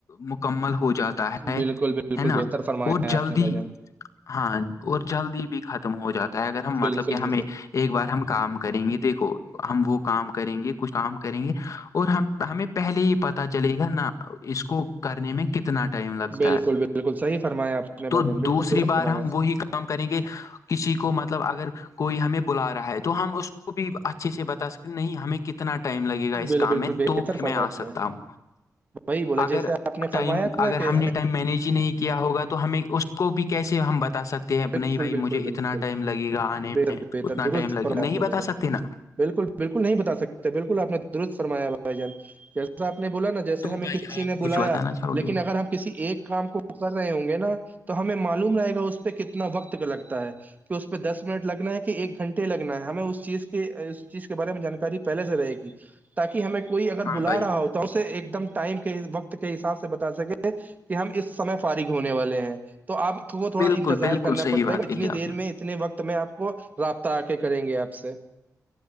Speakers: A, on the left; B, on the right.
A: مکمل ہو جاتا ہے
B: بالکل بالکل
A: ہے نا
B: بہتر فرمایا
A: اور جلدی
B: آپ نے بھائی جان
A: ہاں اور جلدی بھی ختم ہو جاتا ہے اگر ہم مطلب
B: بالکل
A: کہ
B: بالکل
A: ہمیں ایک بار ہم کام کریں گے دیکھو ہم وہ کام کریں گے کچھ کام کریں گے اور ہم ہمیں پہلے ہی پتا چلے گا نہ اس کو کرنے میں کت اتنا ٹائم لگتا
B: بالکل
A: ہے
B: بالکل صحیح فرمایا آپ نے
A: تو
B: بھائی جان بالکل
A: دوسری
B: درست
A: بار
B: فرمایا
A: ہم وہی کر کریں گے کسی کو مطلب اگر کوئی ہمیں بلا رہا ہے تو ہم اس کو بھی اچھے سے بتا سکتے نہیں ہمیں کتنے کتنا ٹائم لگے گا اس
B: بال
A: کام
B: بالکل
A: میں
B: بہتر
A: تو پھر
B: فرمایا
A: میں آ
B: آپ
A: سکتا
B: نے
A: ہوں
B: وہی بولا
A: اگر
B: جیسے آپ نے
A: ٹائم
B: فرمایا نا
A: اگر
B: کہ
A: ہم نے ٹائم مینج ہی نہیں کیا ہوگا تو تو ہمیں اس کو بھی کیسے ہم بتا سکتے ہیں
B: بالکل
A: نہیں بھائی
B: بالکل
A: مجھے اتنا
B: بالکل
A: ٹائم لگے گا آنے
B: بہتر
A: میں
B: بہتر
A: اتنا
B: درست
A: ٹائم لگے
B: فرمایا
A: نہیں
B: آپ نے
A: بتا
B: بھائی جان
A: سکتے نا
B: بالکل بالکل نہیں بتا سکتے بالکل آپ نے درست فرمایا بھائی جان جسا آپ نے بولا نا جیسے
A: تو
B: ہمیں
A: بھائی
B: کسی
A: آپ
B: نے بلایا
A: کچھ بتانا چاہو
B: لیکن
A: گے
B: اگر ہم کسی ایک کام کو وہ کر رہے ہوں گے نا تو ہمیں معلوم رہے گا اس پہ کتنا وقت کا لگتا ہے کہ اس پہ دس منٹ لگنا ہے کہ ایک گھنٹے لگنا ہے ہمیں اس چیز کے اس چیز کے بارے میں جانکاری پہلے سے رہے گی تاکہ ہمیں کوئی اگر
A: ہاں
B: بلا
A: بھائی
B: رہا ہو تو اسے ایک دم ٹائم کے وقت کے حساب سے بتا سکے کہ ہم اس سمے فارغ ہونے والے ہیں تو آپ کو تھوڑا
A: بالکل
B: انتظار
A: بالکل
B: کرنا
A: صحیح
B: پڑتا
A: بات
B: ہے
A: کہی
B: اتنی
A: آپ
B: دیر
A: نے
B: میں اتنے وقت میں آپ کو رابطہ آ کے کریں گے آپ سے